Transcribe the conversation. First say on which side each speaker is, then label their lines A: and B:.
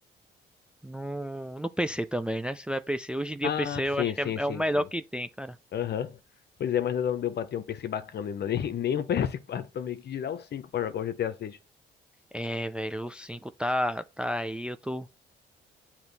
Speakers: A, in the centre; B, on the left (about 55°).
A: no, no PC também, né? Se tiver PC. Hoje em dia
B: Ah,
A: PC
B: sim,
A: eu acho
B: sim,
A: que é, é
B: sim,
A: o melhor
B: sim.
A: que tem, cara.
B: Aham. Pois é, mas ainda não deu pra ter um PC bacana ainda, nem, <laughs> nem um ps quatro também, que dirá o 5 pra jogar o GTA 6.
A: É, velho, o 5 tá, tá aí, eu tô